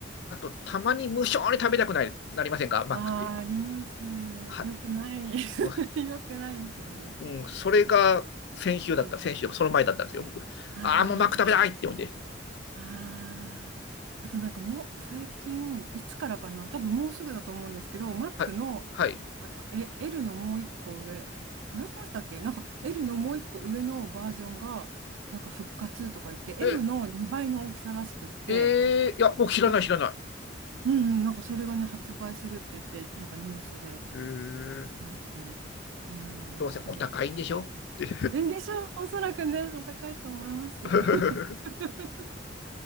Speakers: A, on the left (about 65°); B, on the right (about 75°).
A: あと、たまに無性に食べたくない、なりませんかマックって。
B: ああ、あります。
A: はい。
B: よくない。
A: う
B: <laughs> よくないですよね。
A: ん、うんそれが先週だった。
B: うん。
A: 先週、その前だったんですよ、僕。
B: あ
A: ああ、もうマック食べたいって思って。
B: あ、ああ。あとなんかもう最近、いつからかな、多分もうすぐだと思うんですけど、Mac
A: はい。
B: の、
A: はい。
B: あの、え L のもう一個上、話しましたっけなんか L のもう一個上のバージョンが、なんか復活とか言って、
A: え、
B: M の2倍の大きさらしくって、
A: えー、いや、僕知らない、
B: そ
A: 知らない。
B: ううんうん、なんかそれがね、発売するって言って、なんかニュースで
A: えー、
B: やってましたね。うん、
A: どうせお高いんでしょって。
B: 多分でしょう、おそらくね、お高いと思いますよ。
A: <laughs>
B: <laughs>